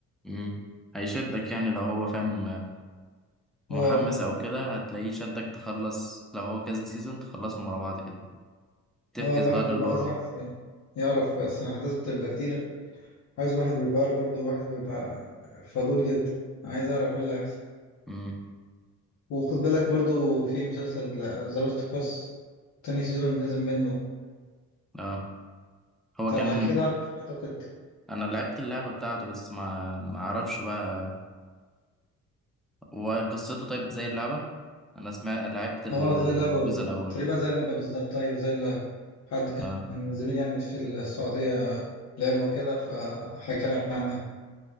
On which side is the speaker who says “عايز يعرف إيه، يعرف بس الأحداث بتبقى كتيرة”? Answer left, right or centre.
Left